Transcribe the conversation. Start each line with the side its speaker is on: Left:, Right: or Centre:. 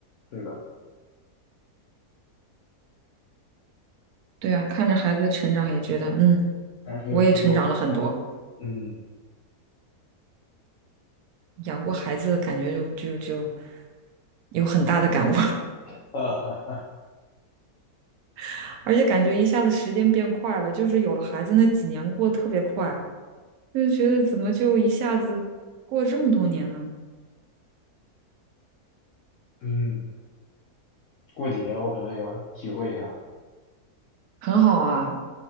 Left: 是的，
Right: 对啊，看着孩子的成长，也觉得嗯，
Left: 还是很有成就感的。
Right: 我也成长了很多。
Left: 嗯，
Right: 养过孩子，感觉就就就有很大的感悟，
Left: <laughs> 哈哈哈，
Right: <laughs> 而且感觉一下子时间变快了，就是有了孩子那几年过得特别快，就是觉得怎么就一下子过了这么多年呢？
Left: 嗯，<laughs> 过几年我可能也要体会一下。
Right: 很好啊。